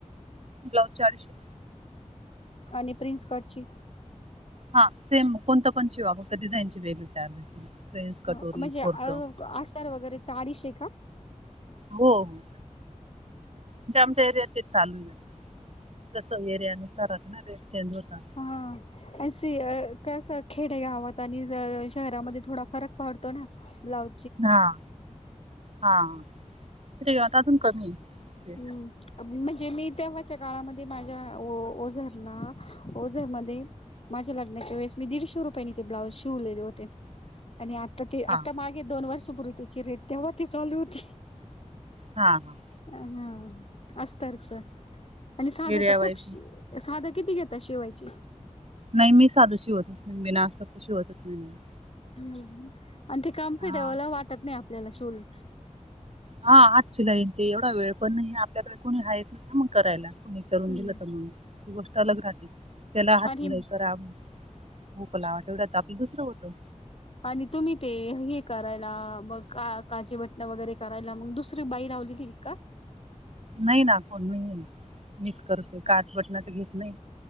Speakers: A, on the right; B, on the left.
A: ब्लाउज चारशे
B: आणि प्रिन्सकटची
A: हा सेम कोणतं पण शिवा फक्त डिझाईनची वेगळे चार्जेस फ्रेंच कटोरी
B: हो म्हणजे अस्तर
A: कोर्ट हो
B: वगैरे चा अडीशे का?
A: हो हो म्हणजे आमच्या एरिया तेच चालू आहे तसं एरिया नुसारच ना रे चेंज होता
B: हा अ कस? खेडेगावात आणि ज शहरामध्ये थोडा फरक पडतो ना ब्लाऊ
A: हां हां कीती घेत अजून कमी आहे
B: हम्म म्हणजे मी तेव्हाच्या काळामध्ये माझ्या ओझरला ओझरमध्ये माझ्या लग्नाच्या वेळेस मी दीडशे रुपयांनी ते ब्लाउज शिवलेले होते आणि आता ते
A: हा
B: आता मागे दोन वर्षपूर्वी त्याची रेट तेव्हा ती चालू होती
A: हां हां
B: हा अस्तरच आणि साध
A: एरिया
B: तर खूपशी
A: वाईज
B: साधं किती घेतात शिवायचे?
A: नाही मी साधं शिवतच नाही बीना अस्तरच शिवतच नाही मी
B: नाही आणि ते काम
A: हा
B: फीट्यावाला वाटत नाही आपल्याला शिवल
A: हा हात शिलाई ते एवढा वेळ पण नाही आपल्याकडे कोणी हायच नाही मग करायला. कोणी करून
B: हम्म
A: दिलं तर मग ही गोष्ट अलग राहते. त्याला हात
B: आणि
A: शिलाई करा हुक लावा तेवढ्यात आपलं दुसरं होतं.
B: आणि तुम्ही ते हे करायला मग का काजी बटणा वगैरे करायला मग दुस दुसरी बाई लावलेली का?
A: नाही ना कोण नाही मी मीच करत ते काच बटणाच घेत नाही